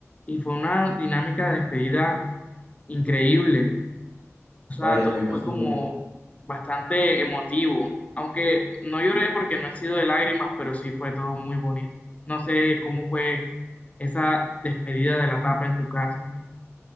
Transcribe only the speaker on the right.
Vaya,
me imagino.